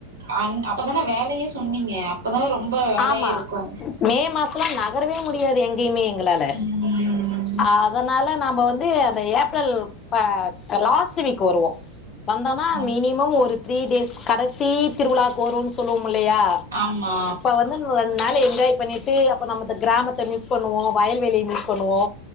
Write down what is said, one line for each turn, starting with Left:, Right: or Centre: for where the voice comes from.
Right: அந் அப்பதானே வேலையே சொன்னீங்க அப்பதா ரொம்ப வேலையே
Left: ஆமா
Right: இருக்கு
Left: மே மாசலா நகரவே முடியாது எங்கேயுமே எங்களால
Right: ம்
Left: ஆ அதனால நாம வந்து அந்த ஏப்ரல் அ லாஸ்ட் வீக் வருவோ வந்தோனா
Right: ஆமா
Left: மினிமம் ஒரு த்ரீ டேஸ் கடைசி திருவிழாவுக்கு வருவோம்ன்னு சொல்லுவோமில்லையா
Right: ஆமா
Left: வந்து ரெண்டு நாளு என்ஜாய் பண்ணிட்டு அப்ப நம்ம இந்த கிராமத்தை மிஸ் பண்ணுவோ வயல் வெளிய மிஸ் பண்ணுவோ